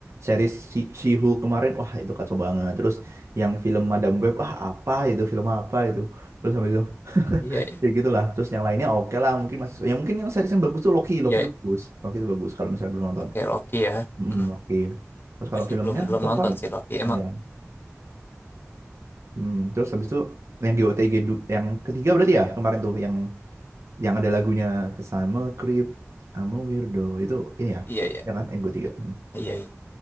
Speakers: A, on the right; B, on the left.
A: series si She-Hulk kemarin wah itu kacau banget terus yang film Madam Web ah apa itu film apa itu terus sampai itu
B: iya
A: ya gitulah terus yang lainnya oke lah mungkin masih ya mungkin yang series yang bagus tuh Loki
B: iya
A: Loki itu bagus Loki itu bagus kalau misalnya belum nonton
B: oke okay, Loki ya
A: Mm,
B: Mm.
A: Loki terus kalau
B: gue sih
A: filmnya
B: belum belum
A: so
B: nonton
A: far
B: sih Loki emang
A: ya Hmm, terus habis itu yang GOTG du- yang ketiga berarti ya kemarin tuh yang yang ada lagunya Kesama Creep sama Weirdo itu ini ya
B: iya iya
A: ya kan yang GOTG hmm.
B: iya iya